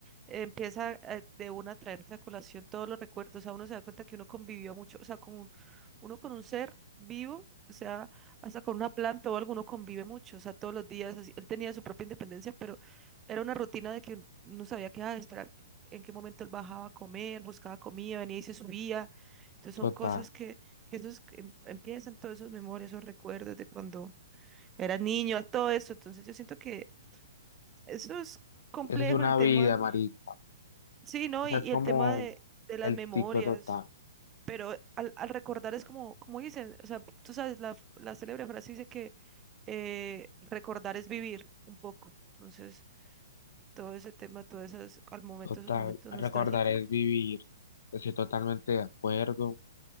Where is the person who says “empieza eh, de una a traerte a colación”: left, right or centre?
Right